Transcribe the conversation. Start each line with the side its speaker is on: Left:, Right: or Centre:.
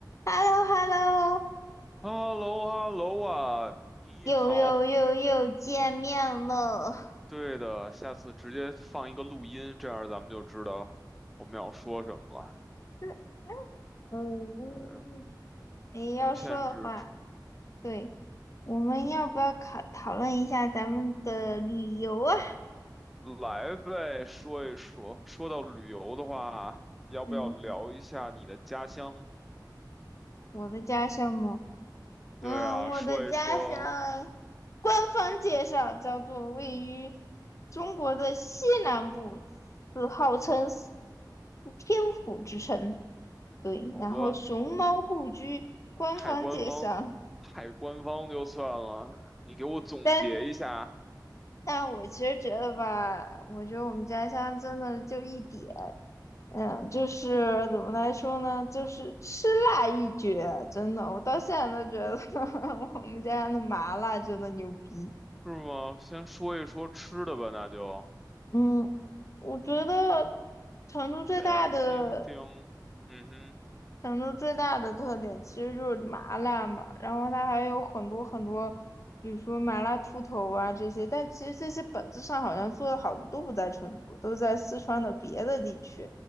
Left: h e l l o h e l l o
Centre: h e l l o h e l l o 啊，你好。
Left: 又又又又见面了。
Centre: 对的，下次直接放一个录音，这样咱们就知道我们要说什么了。
Left: <laughs> 嗯，
Centre: 嗯，
Left: 诶，要说的话，
Centre: 无限制，
Left: 对，我们要不要考讨论一下咱们的旅游啊？
Centre: 来呗，说一说。说到旅游的话，要不要聊一下你的家乡？
Left: 嗯，我的家乡吗？嗯，
Centre: 对啊，
Left: 我的家乡，
Centre: 说一说，
Left: 官方介绍叫做位于中国的西南部，是号称天府之城。对，
Centre: 好吧，
Left: 然后熊猫故居，官方介绍。
Centre: 太官方，太官方就算了。你给我总结一下，
Left: 但但我其实觉得吧，我觉得我们家乡真的就一点，嗯，就是怎么来说呢，就是吃辣一绝，真的，我到现在都觉得 <laughs> 我们家乡的麻辣真的牛逼。
Centre: 是吗？先说一说吃的吧，那就
Left: 嗯，我觉得成都最大的
Centre: 先听听，嗯哼。
Left: 成都最大的特点其实就是麻辣嘛，然后它还有很多很多，比如说麻辣兔头啊这些，但其实这些本质上好像做的好的都不在成都，都在四川的别的地区。